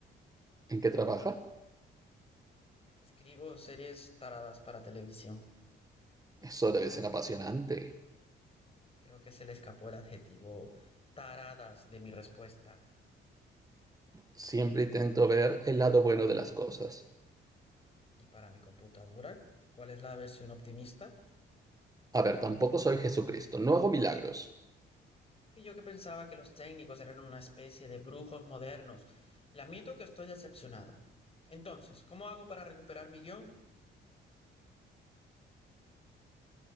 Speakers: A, on the right; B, on the left.
A: ¿En qué trabaja?
B: Escribo series taradas para televisión.
A: Eso debe ser apasionante.
B: Creo que se le escapó el adjetivo taradas de mi respuesta.
A: Siempre intento ver el lado bueno de las cosas.
B: ¿Y para mi computadora? ¿Cuál es la versión optimista?
A: A ver, tampoco soy Jesucristo, no hago milagros.
B: Y yo que pensaba que los técnicos eran una especie de brujos modernos. Le admito que estoy decepcionado. Entonces, ¿cómo hago para recuperar mi guión?